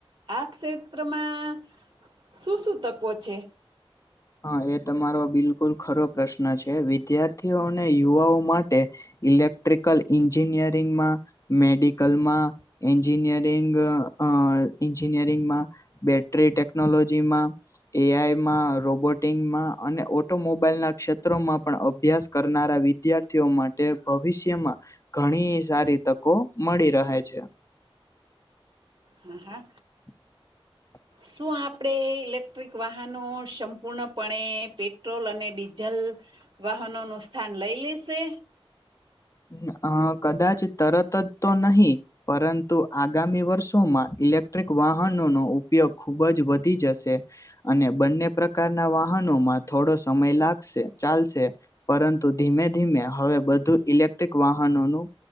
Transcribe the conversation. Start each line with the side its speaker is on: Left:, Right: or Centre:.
Right: આ ક્ષેત્રમાં શું શું તકો છે?
Left: હા એ તમારો બિલકુલ ખરો પ્રશ્ન છે વિદ્યાર્થીઓ અને યુવાઓ માટે ઇલેક્ટ્રિકલ એન્જિનિયરિગ માં મેડિકલમાં એન્જિનિયરિંગ અ એન્જિનિયરિંગ માં બેટરી ટેકનોલોજી માં એઆઈમાં રોબોટિંગમાં અને ઓટોમોબાઈલના ક્ષેત્રોમાં પણ અભ્યાસ કરનારા વિદ્યાર્થીઓ માટે માટે ભવિષ્યમાં ઘણી સારી તકો મળી રહે છે
Right: હા
Left: <unintelligible>
Right: શું આપણે ઇલેક્ટ્રિક વાહનો સંપૂર્ણપણે પેટ્રોલ અને ડીઝલ વાહનો નું સ્થાન લઈ લેશે?
Left: હ કદાચ તરત જ તો નહી પરંતુ આગામી વર્ષોમાં ઇલેક્ટ્રિક વાહનોનો ઉપયોગ ખુબ જ વધી જશે અને બંને પ્રકારના વાહનોમાં થોડો સમય લાગશે ચાલશે પરંતુ ધીમે ધીમે હવે બધું ઇલેક ટ્રિક વાહનો નુ